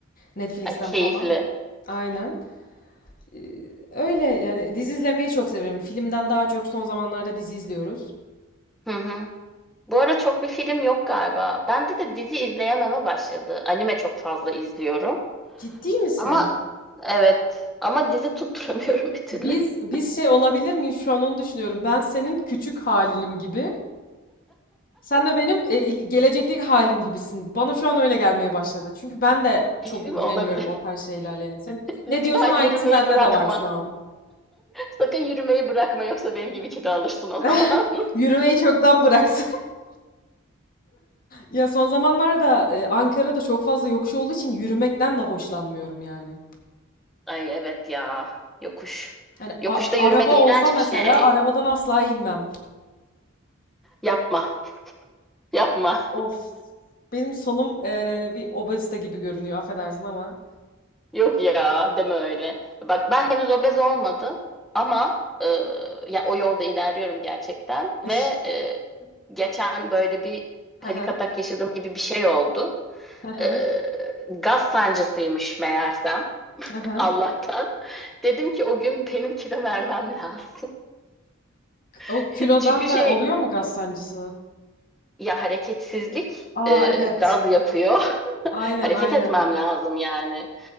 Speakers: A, on the left; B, in the centre.
A: Netflix'ten
B: ay, Keyifli.
A: falan. Aynen. E, öyle yani dizi izlemeyi çok seviyorum. Filmden daha çok son zamanlarda dizi izliyoruz.
B: Hı hı. Bu ara çok bir film yok galiba. Bende de dizi izleyememe başladı. Anime çok fazla izliyorum.
A: Ciddi misin?
B: Ama evet ama dizi tutturamıyorum bir türlü.
A: Biz
B: <laughs>
A: biz şey olabilir miyiz şu an onu düşünüyorum. Ben senin küçük halinim gibi. Sen de benim e, il- gelecekteki halim gibisin. Bana şu an öyle gelmeye başladı. Çünkü ben de
B: Bir
A: çok
B: şey değil
A: ilgileniyorum
B: mi? Olabilir.
A: o tarz şeylerle yani. Sen
B: <laughs> Lütfen
A: ne diyorsan aynısı
B: yürümeyi
A: bende
B: bırakma.
A: de var şu an.
B: Sakın yürümeyi bırakma yoksa benim gibi kilo alırsın o
A: <laughs>
B: zaman. <laughs>
A: Yürümeyi çoktan bıraktım. <laughs> Ya son zamanlarda e, Ankara'da çok fazla yokuş olduğu için yürümekten de hoşlanmıyorum yani.
B: Ay evet ya. Yokuş.
A: Yani
B: Yokuşta
A: a-
B: yürümek
A: araba
B: iğrenç
A: olsa mesela
B: bir şey.
A: arabadan asla inmem.
B: Yapma. Yapma.
A: Of. Benim sonum e, bir obezite gibi görünüyor affedersin ama.
B: Yok ya deme öyle. Bak ben henüz obez olmadım ama e, ya o yolda ilerliyorum gerçekten ve
A: <laughs>
B: e, geçen böyle bir panik
A: Hı hı.
B: atak yaşadığım gibi bir şey oldu.
A: Hı hı.
B: E, gaz sancısıymış meğersem
A: Hı hı.
B: Allah'tan. Dedim ki o gün benim kilo vermem lazım.
A: O
B: <laughs>
A: kilodan
B: Çünkü şey
A: da oluyor mu gaz sancısı?
B: ya hareketsizlik
A: Aa
B: e,
A: evet.
B: gaz yapıyor. <laughs>
A: Aynen
B: Hareket
A: aynen.
B: etmem lazım yani.